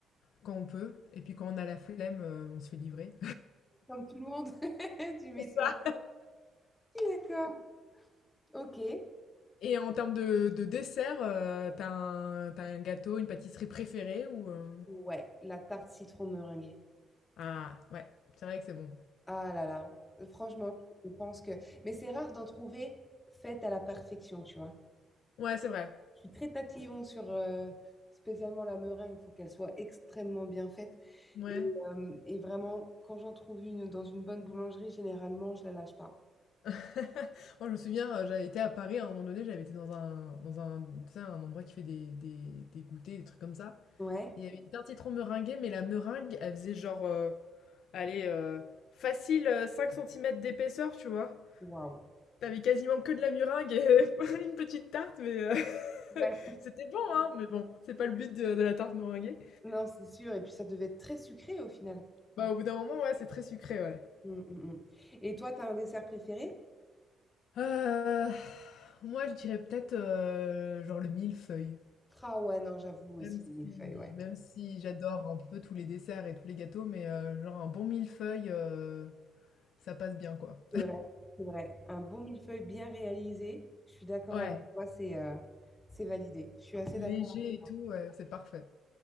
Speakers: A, on the left; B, on the left.
A: quand on peut. Et puis quand on a la flemme, euh, on se fait livrer.
B: Comme tout le monde, <laughs> tu m'étonnes.
A: <laughs> C'est ça.
B: D'accord. Ok.
A: Et en termes de, de dessert, euh, t'as un, t'as un gâteau, une pâtisserie préférée ou euh,
B: Ouais, la tarte citron meringuée.
A: Ah, ouais, c'est vrai que c'est bon.
B: Ah là là, franchement, je pense que... Mais c'est rare d'en trouver faite à la perfection, tu vois.
A: Ouais, c'est vrai.
B: Je suis très tatillon sur euh, spécialement la meringue, il faut qu'elle soit extrêmement bien faite.
A: Ouais.
B: Et, euh, et vraiment, quand j'en trouve une dans une bonne boulangerie, généralement, je la lâche pas.
A: <laughs> Moi, je me souviens, euh, j'avais été à Paris à un moment donné, j'avais été dans un, dans un, tu sais, un endroit qui fait des, des, des goûters, des trucs comme ça.
B: Ouais,
A: Et Il y avait une tarte citron meringuée, mais la meringue, elle faisait genre, euh, allez, euh, facile euh, 5 cm d'épaisseur, tu vois.
B: waouh.
A: T'avais quasiment que de la meringue et <laughs> une petite tarte, mais euh, <laughs>
B: Ouais.
A: c'était bon, hein, mais bon, c'est pas le but de, de la tarte meringuée.
B: Non, c'est sûr. Et puis ça devait être très sucré au final.
A: Bah, au bout d'un moment, ouais, c'est très sucré, ouais.
B: Hum, hum, hum. Et toi, t'as un dessert préféré?
A: Euh, moi, je dirais peut-être euh, genre le millefeuille.
B: Ah ouais, non, j'avoue aussi,
A: Même si
B: les millefeuilles, ouais.
A: même si j'adore un peu tous les desserts et tous les gâteaux, mais heu, genre un bon millefeuille, heu, ça passe bien, quoi.
B: C'est vrai, c'est vrai. Un bon millefeuille bien réalisé, je suis d'accord
A: Ouais,
B: avec toi, c'est euh, c'est validé. Je suis assez
A: léger
B: d'accord avec
A: et
B: toi.
A: tout, ouais, c'est parfait.